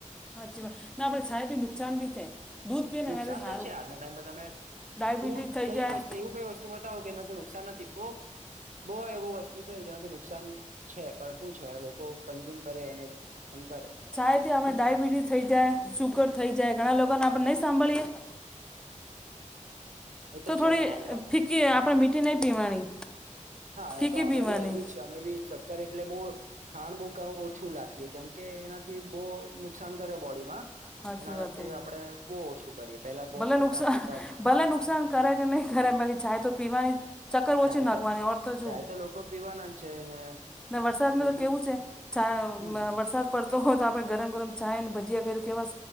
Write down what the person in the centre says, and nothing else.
સાચી વાત ના આપડે ચાય બી નુકસાન ભી થાય. દૂધ પીએ ને
એનાથી સારું
ડાયાબિટીસ
થઈ
જાય
ચાયથી આપણે ડાયયાબિટીસ થઈ જાય સુગર થઈ જાય ઘણા લોકોને આપણે નહી સાંભળીયએ.
થોડી
ફીકી આપણે
મીઠી નહીં પીવાની
ફીકી
પીવાની
સાચી
વાત
હે
ભલે
નુકસાન
ભલે નુકસાન કરે કે નહી કરે બાકી ચાય તો પીવાની શક્કર
ઓછી નાખવાની
ઓર તો
જો
વરસાદ
તો
કેવું છે. ચા
વરસાદ પડ. તો હો તો આપણે ગરમ ગરમ છાય અને ભજીયા ખીએ તો કેવા